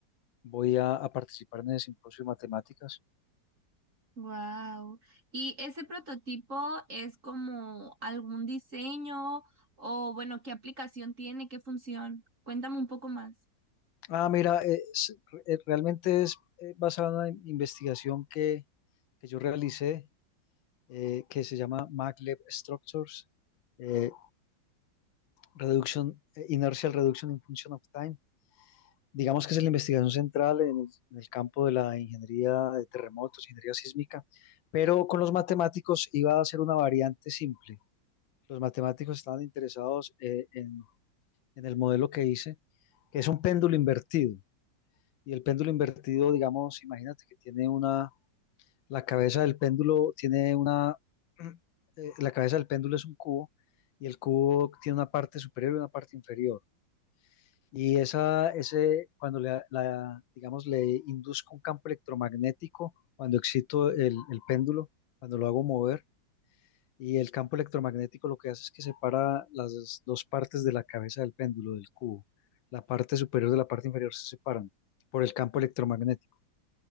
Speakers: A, on the left; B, on the right.
A: voy a, a participar en el simposio de matemáticas.
B: Wow. ¿Y ese prototipo es como algún diseño o bueno, qué aplicación tiene, qué función? Cuéntame un poco más.
A: Ah, mira, es- re- realmente es eh, basada en una investigación que, que yo realicé, eh, que se llama maglev Structures, eh, Reduction, eh, Inertial Reduction in Function of Time. Digamos que es la investigación central en, el en el campo de la ingeniería de terremotos, ingeniería sísmica, pero con los matemáticos iba a ser una variante simple. Los matemáticos estaban interesados eh, en en el modelo que hice, que es un péndulo invertido. Y el péndulo invertido, digamos, imagínate que tiene una, la cabeza del péndulo tiene una, <clears throat> eh, la cabeza del péndulo es un cubo y el cubo tiene una parte superior y una parte inferior. Y esa, ese, cuando le, la, digamos, le induzco un campo electromagnético, cuando excito el, el péndulo, cuando lo hago mover, y el campo electromagnético lo que hace es que separa las dos partes de la cabeza del péndulo, del cubo. La parte superior de la parte inferior se separan por el campo electromagnético.